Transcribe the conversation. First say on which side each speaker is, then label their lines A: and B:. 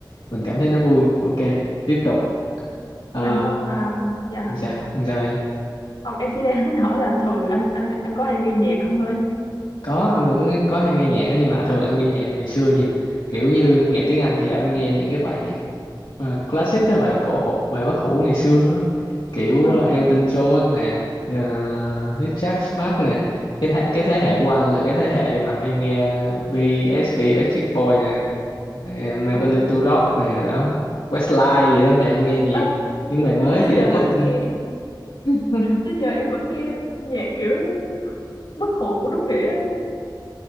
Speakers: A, on the left; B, on the left.
A: mình cảm thấy nó vui ok tiếp tục Ờ,
B: anh có à, dạ
A: làm sao làm sao em
B: không em chỉ đang <laughs> tính hỏi là thường anh anh anh có hay nghe nhạc không thôi
A: có anh cũng nghe- có hay nghe nhạc á nhưng mà thường anh nghe nhạc ngày xưa nhiều kiểu như nhạc tiếng Anh thì anh nghe những cái bài nhạc mà classic á, bài cổ hủ bài bất hủ ngày xưa á. kiểu
B: ờ
A: ờ, Elton John nè ờ, Richard Marx nè cái thế, cái thế hệ của anh là cái thế hệ mà hay nghe BSB Backstreet Boy nè ờ, Michael
B: ừ
A: Linton
B: đúng
A: Rock nè đó Westlife vậy đó thì anh nghe nhiều
B: Ờ,
A: những bài mới
B: tới
A: thì anh
B: giờ
A: ít
B: vẫn
A: hơn
B: nghe
A: <laughs>
B: tới giờ em vẫn nghe nhạc kiểu bất hủ đúng nghĩa á.